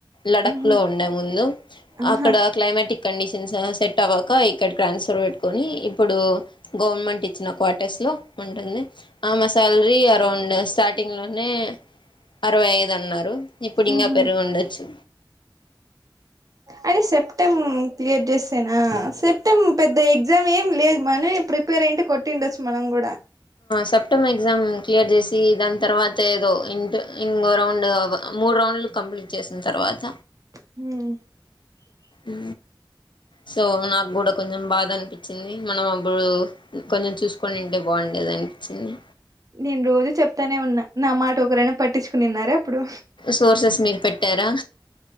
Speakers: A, on the left; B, on the right.
A: లడక్
B: ఉహు
A: లో ఉండే ముందు
B: ఆహా
A: అక్కడ క్లైమాటిక్ కండిషన్స్ సెట్ అవ్వక ఇక్కడ ట్రాన్స్ఫర్ పెట్టుకొని ఇప్పుడు గవర్నమెంట్ ఇచ్చిన క్వార్టర్స్ లో ఉంటుంది ఆమే సాల్రి అరౌండ్ స్టార్టింగ్ లోనే అరవై ఐదన్నారు ఇప్పుడు ఇంకా
B: ఉహు
A: పెరుగుండొచ్చు
B: అంటే సెప్టెమ్ క్లియర్ చేసేనా సెప్టెమ్ పెద్ద ఎగ్జామ్ ఏం లేదు మని ప్రిపేర్ అయింటే కొట్టిండొచ్చు మనం కూడా
A: సెప్టెమ్ ఎగ్జామ్ క్లియర్ చేసి దాని తర్వాత ఏదో ఇ ఇంగో రౌండ్ మూడు రౌండ్లు కంప్లీట్ చేసిన తర్వాత
B: మ్
A: అ సో నాకు కూడా కొంచెం బాధ అనిపించింది మనం అప్పుడు కొంచెం చూసుకొని ఉంటే బాగుం ఎలా అనిపిచింది
B: నేను రోజు చెప్తానే ఉన్నా నా మాట ఒకరైనా పట్టించుకునిన్నారా ప్పుడు
A: సోర్సెస్ మీరు పెట్టారా